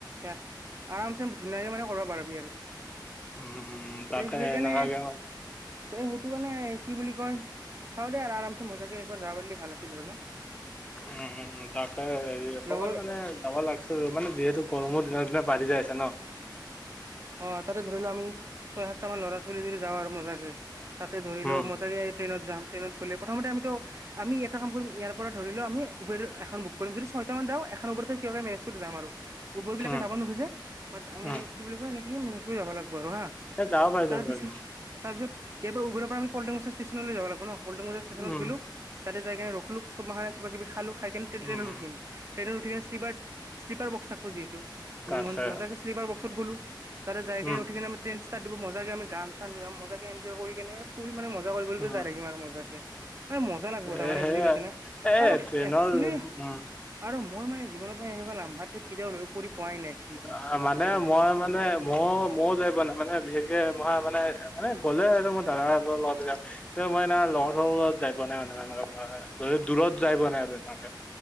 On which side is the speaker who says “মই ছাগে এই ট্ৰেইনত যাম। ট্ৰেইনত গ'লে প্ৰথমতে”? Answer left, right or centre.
Right